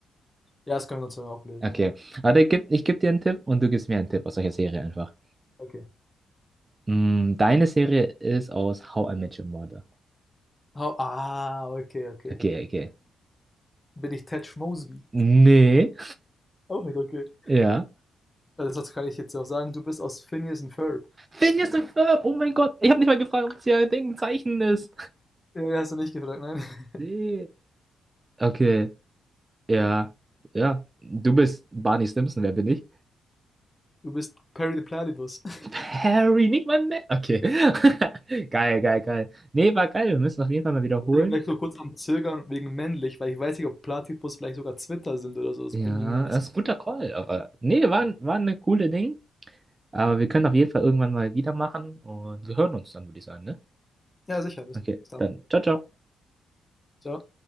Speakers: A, on the left; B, on the right.
A: Ja, das können wir uns dann auch lösen,
B: Okay.
A: ja.
B: aber ich geb, ich geb dir einen Tipp und du gibst mir einen Tipp aus solcher Serie einfach.
A: Okay.
B: Mm, deine Serie ist aus How I Met Your Mother.
A: Hau ah, okay, okay.
B: Okay, okay.
A: Bin ich Ted Mosby?
B: Nee.
A: Auch nicht, okay.
B: Ja.
A: Also sonst kann ich jetzt ja auch sagen, du bist aus Phineas und Ferb.
B: Phineas und Ferb, oh mein Gott. Ich habe nicht mal gefragt, ob es ja ein Ding, ein Zeichen ist.
A: Ja, ja, hast du nicht gefragt, nein.
B: Nee.
A: <laughs>
B: Okay. Ja. Ja. Du bist Barney Stinson, wer bin ich?
A: Du bist Perry the Platypus. <laughs>
B: Harry, nicht mein Mann. Okay. <laughs> Geil, geil, geil. Nee, war geil. Wir müssen auf jeden Fall mal wiederholen.
A: Deswegen war ich so kurz am Zögern wegen männlich, weil ich weiß nicht, ob Platypus vielleicht sogar Zwitter sind oder so. Das
B: Ja,
A: bin ich nämlich nicht.
B: das ist ein guter Call, aber nee, war, ein- war eine coole Ding. Aber wir können auf jeden Fall irgendwann mal wieder machen und wir hören uns dann, würde ich sagen, ne?
A: so- Ja, sicher, bis
B: Okay,
A: dann.
B: dann ciao, ciao.
A: Ciao.